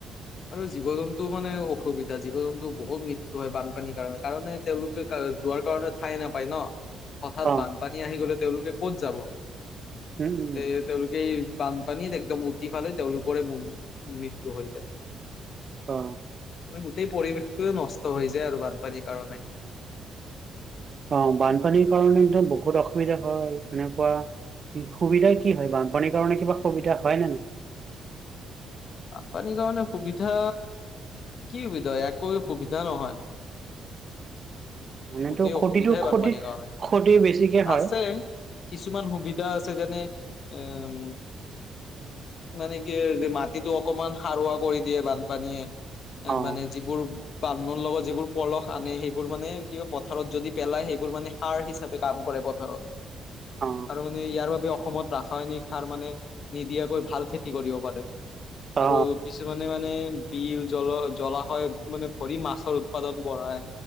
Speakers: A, on the left; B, on the right.
A: আৰু জীৱ জন্তু মানে অসুবিধা জীৱ জন্তু বহুত মৃত্যু হয় বানপানীৰ কাৰণে। কাৰণে তেওঁলোকে যোৱাৰ কাৰণে ঠাই নাপায় ন হঠাৎ
B: অ
A: বান্ধ পানী আহি গলে তেওঁলোকে ক'ত যাব,
B: উম উম
A: তে তেওঁলোকে এই বানপানীত একদম উতি ফেলাই তেওঁলোকৰে ম মৃত্যু হৈ যায়।
B: অ।
A: মানে গোটেই পৰিৱেশটোয়ে নষ্ট হৈ যায় আৰু বানপানীৰ কাৰণে।
B: অ বানপানীৰ কাৰণে একদম বহুত অসুবিধা হয় এনেকুৱা। সুবিধাই কি হয় বানপানীৰ কাৰণে কিবা সুবিধা হয় নে নহয়?
A: বানপানীৰ কাৰণে সুবিধা কি সুবিধা হয় একোৱে সুবিধা নহয়।
B: নহয় এনেতো
A: গোটেই
B: ক্ষতিটো
A: অসুবিধাই
B: ক্ষতি
A: বানপানীৰ কাৰণে।
B: ক্ষতি বেছিকে হয়
A: আছে কিছুমান সুবিধা আছে যেনে উম মানে কি যে মা খেতিটো অকমান সাৰুৱা কৰি দিয়ে বানপানীয়ে এ
B: অ
A: মানে যিবোৰ <unintelligible> লগত যিবোৰ পলস আনে সেইবোৰ মানে কি পথাৰত যদি পেলাই সেইবোৰ মানে সাৰ হিচাপে কাম কৰে পথাৰত। <unintelligible>
B: অ
A: আৰু মানে ইয়াৰ বাবে অসমত ৰাসায়নিক সাৰ মানে নিদিয়াকৈ ভাল খেতি কৰিব পাৰে।
B: অ অ
A: আৰু কিছুমানে মানে বিল জ্বল জলাসয় মানে ভৰি মাছৰ উৎপাদন বঢ়ায়।